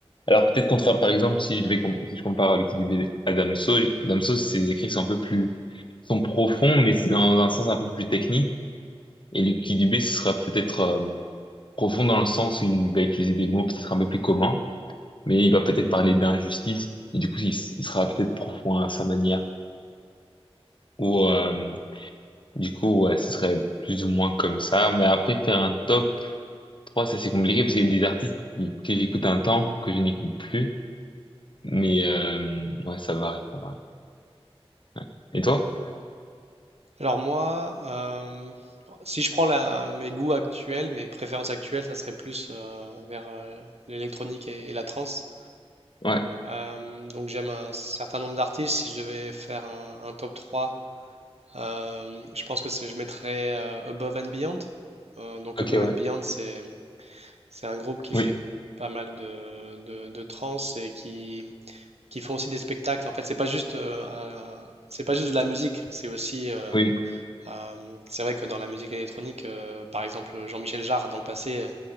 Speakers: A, on the left; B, on the right.
A: Alors peut-être contraire, par exemple, si je devais com- si je compare à Lucky Dubé à Damso, Damso ses écrits sont un peu plus sont profonds, mais c'est dans un sens un peu plus technique. Et Lucky Dubé ce sera peut-être euh, profond dans le sens où il va utiliser des mots peut-être un peu plus communs, mais il va peut-être parler d'injustice. Et du coup, il, s- il sera peut-être profond à sa manière. Ou euh, du coup, ouais, ce serait plus ou moins comme ça. Mais après, faire un top. Trois, ça c'est compliqué parce qu'il y a des artistes qui- que j'écoute un temps, que je n'écoute plus. Mais euh, ouais, ça varie, ça varie. Ouais. Et toi?
B: Alors moi, euh, si je prends la- mes goûts actuels, mes préférences actuelles, ça serait plus euh, vers euh, l'électronique et, et la trance.
A: Ouais.
B: Euh, donc j'aime un certain nombre d'artistes. Si je devais faire un, un top 3, euh, je pense que c'est- je mettrais euh, Above and Beyond. Euh, donc
A: Ok,
B: Above
A: ouais.
B: and Beyond, c'est, c'est un groupe qui
A: Oui,
B: fait pas mal de, de, de trance et qui, qui font aussi des spectacles. En fait, c'est pas juste, euh, un- c'est pas juste de la musique, c'est aussi... euh,
A: oui,
B: euh, c'est vrai que dans la musique électronique, euh, par exemple, Jean-Michel Jarre, dans le passé, euh,